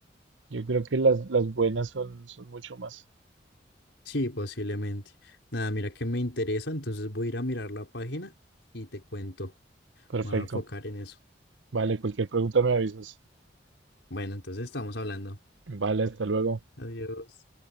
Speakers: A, on the right; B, on the left.
A: yo creo que las, las buenas son, son mucho más.
B: Sí, posiblemente. Nada, mira que me interesa, entonces voy a ir a mirar la página y te cuento.
A: Perfecto.
B: Me voy a enfocar en eso.
A: Vale, cualquier pregunta me avisas.
B: Bueno, entonces estamos hablando.
A: Vale, hasta luego.
B: Adiós.